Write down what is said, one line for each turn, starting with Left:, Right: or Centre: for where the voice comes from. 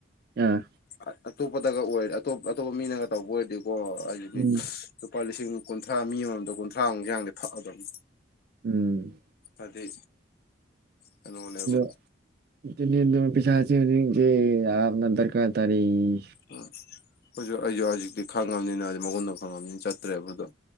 Right: ꯑꯥ
Left: ꯑ ꯑꯇꯣꯞꯄꯗꯒ ꯑꯣꯏꯔꯗꯤ ꯑꯇꯣꯞꯄ ꯑꯇꯣꯞꯄ ꯃꯤꯅꯒ ꯇꯧꯕ ꯑꯣꯏꯔꯗꯤꯀꯣ ꯍꯥꯏꯖꯤꯅꯤ
Right: ꯎꯝ
Left: ꯂꯨꯄꯥ ꯂꯤꯁꯤꯡ ꯀꯨꯟꯊ꯭ꯔꯥ ꯃꯤ ꯑꯃꯃꯝꯗ ꯀꯨꯟꯊ꯭ꯔꯥꯃꯨꯛ ꯌꯥꯡꯗꯤ ꯐꯛꯑꯗꯕꯅꯤ
Right: ꯎꯝ
Left: ꯑꯗꯤ ꯀꯩꯅꯣꯅꯦꯕ
Right: <unintelligible>
Left: ꯎꯝ ꯈꯣꯏꯖꯨ ꯑꯩꯖꯨ ꯍꯧꯖꯤꯛꯇꯤ ꯈꯪꯉꯕꯅꯤꯅ ꯍꯧꯖꯤꯛ ꯃꯒꯨꯟꯗꯨ ꯈꯪꯉꯕꯅꯤꯅ ꯆꯠꯇ꯭ꯔꯦꯕ ꯑꯗꯣ